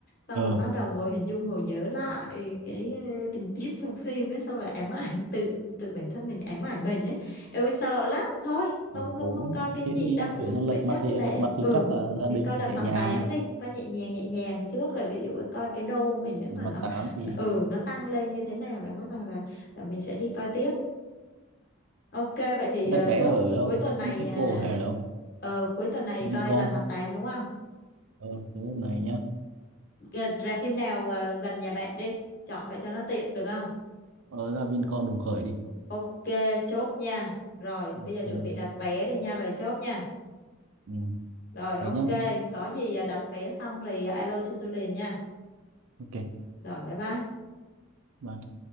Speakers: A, on the left; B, on the right.
A: xong
B: ờ
A: rồi bắt đầu ngồi hình dung ngồi nhớ lại cái ờ, tình tiết trong phim đấy. xong rồi ám ảnh tự tự bản thân mình ám ảnh mình ấy em ơi sợ lắm thôi không
B: buổi
A: không
B: tối
A: không coi kinh
B: thế
A: dị
B: thì
A: đâu
B: chuyển sang
A: vậy
B: lật
A: chắc
B: mặt thì
A: là
B: lật mặt thì
A: ừ
B: chắc là gia
A: mình
B: đình
A: coi lật mặt
B: nhẹ nhàng
A: tám đi coi nhẹ nhàng nhẹ nhàng trước rồi ví dụ coi cái đô mình nếu
B: lật
A: mà
B: mặt
A: nó,
B: tám thì
A: nó ừ nó tăng lên như thế nào là bắt đầu là là mình sẽ đi coi tiếp ok vậy thì
B: thế
A: ờ,
B: đặt vé
A: chốt
B: ở đâu
A: cuối tuần này
B: Bitexco
A: à,
B: hay ở đâu
A: ờ, cuối tuần này coi
B: Vincom
A: lật mặt tám đúng không
B: ờ, thế này nhá
A: Ờ, ra phim nào ờ, gần nhà bạn đi chọn vậy cho nó tiện được không
B: ờ ra Vincom Đồng Khởi đi
A: ok chốt nha rồi
B: ok
A: bây giờ chuẩn bị đặt vé đi nha rồi chốt nha
B: ừ,
A: rồi ok
B: thế nhá
A: có gì ờ, đặt vé xong rồi ờ, alo cho tôi liền nha
B: ok
A: rồi bye bye
B: bye